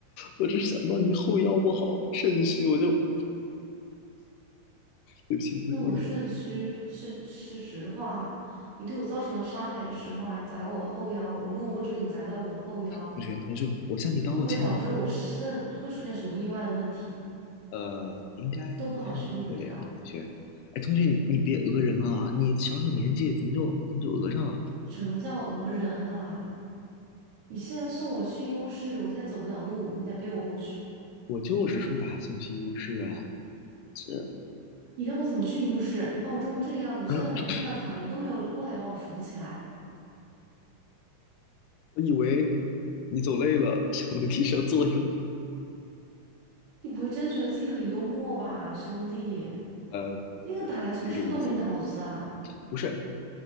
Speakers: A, on the left (about 75°); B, on the right (about 80°).
A: 我只是想到你后腰不好，肾虚，我就对不起，不是故意的。
B: 那我肾虚是是实话，你对我造成了伤害是实话。你砸到我的后腰，我路过这里，你砸到我的后腰，
A: 同学，同学，我向你道歉了。
B: 会不会导致我肾会出现什么意外的问题？
A: 呃，应该不太会啊，
B: 都不好确定的，对吧？
A: 同学。哎，同学，你你别讹人啊！你小小年纪怎么就怎么就讹上了？
B: 什么叫讹人啊？你现在送我去医务室，我现在走不了路，你得背我过去。
A: 我就是说把他送去医务室啊。这
B: 你让我怎么去医务室？你把我撞成这个样子，我现在都还在地上躺着，
A: <coughs>，<clears throat>
B: 你都没有过来把我扶起来。
A: 我以为你走累了，想楼梯上坐一会儿
B: 你不会真觉得自己很幽默吧，兄弟？
A: 呃，
B: 那个打篮球是不是都没脑子啊？
A: 不是这个意思，不是